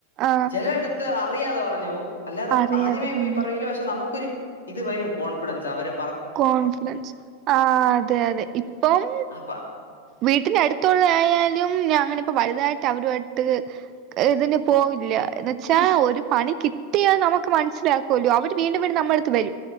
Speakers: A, on the right; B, on the left.
A: ആഹ്
B: ചില ഇടത്ത് അ റിയാതെ പറഞ്ഞോവും അല്ലാതെ
A: അറിയാ
B: ആദ്യമേ
A: അത് പറഞ്ഞു
B: പോയി പറയൂല പക്ഷെ നമു ക്കൊരു ഇത് വരും കോൺഫിഡൻസ് അവരെ
A: കോൺഫിഡൻസ് ആ അതെ അതെ ഇപ്പം
B: അപ്പ
A: വീട്ടിന്റെ അടുത്തുള്ള ആയാലും ഞാന് പ്പ വലുതായിട്ട് അവരു ആയിട്ട് ഇതിന് പോവില്ല ന്ന് വച്ചാ ഒരു പണി കിട്ടിയത് നമുക്ക് മനസ്സിലാക്കുവല്ലോ അവര് വീണ്ടും വീണ്ടും നമ്മുടെ അടുത്ത് വരും